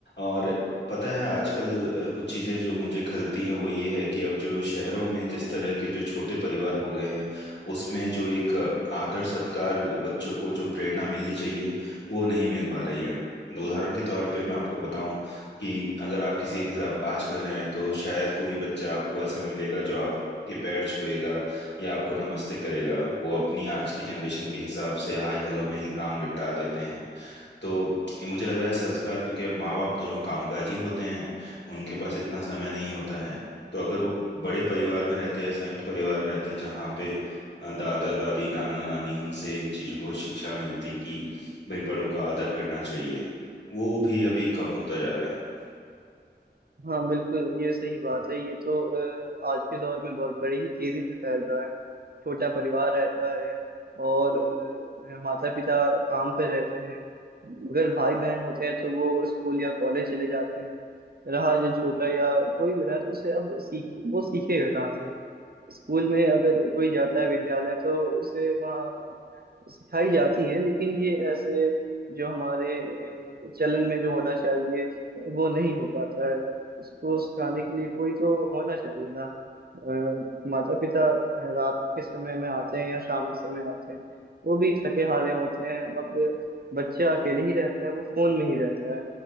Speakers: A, on the left (about 75°); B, on the right (about 55°).
A: और पता है आजकल अ, कुछ चीजें जो मुझे खलती है वो ये है कि अब जो शहरों में जिस तरह के जो छोटे परिवार हो गए हैं उसमें जो एक अ, आदर सत्कार बच्चों को जो प्रेरणा मिलनी चाहिए वो नहीं मिल पा रही है उदाहरण के तौर पे मैं आपको बताऊं कि अगर आप किसी के घर अब आजकल जाएं तो शायद कोई बच्चा आपको ऐसा मिलेगा जो आपके पैर छुएगा या आपको नमस्ते करेगा वो अपनी आज की जनरेशन के हिसाब से हाय हेलो में ही काम निपटा देते हैं तो ये मुझे लग रहा है संस्कार क्योंकि अब माँ बाप दोनों कामकाजी होते हैं उनके पास इतना समय नहीं होता है तो अगर वो बड़े परिवार में रहते या संयुक्त परिवार में रहते जहाँ पे अ, दादा दादी नाना नानी उनसे इन चीज़ों को शिक्षा मिलती कि भाई बड़ों का आदर करना चाहिए वो भी अभी कम होता जा रहा है
B: हाँ बिल्कुल ये सही बात है ये तो अ, आज के दौर में बहुत बड़ी ही तेजी से फैल रहा है छोटा परिवार रहता है और माता पिता काम पे रहते हैं अगर भाई बहन होते हैं तो वो स्कूल या कॉलेज चले जाते हैं रहा जो छोटा या कोई भी रहा तो उसे अब सीख वो सीखेगा कहाँ से स्कूल में अगर कोई जाता है विद्यालय तो उसे वहाँ सिखाई जाती है लेकिन ये ऐसे जो हमारे अ, चलन में जो होना चाहिए वो नहीं हो पाता है उसको सिखाने के लिए कोई तो होना चाहिए ना माता पिता रात के समय में आते हैं या शाम के समय आते हैं वो भी थके हारे होते हैं अब बच्चा अकेले ही रहता है वो फोन में ही रहता है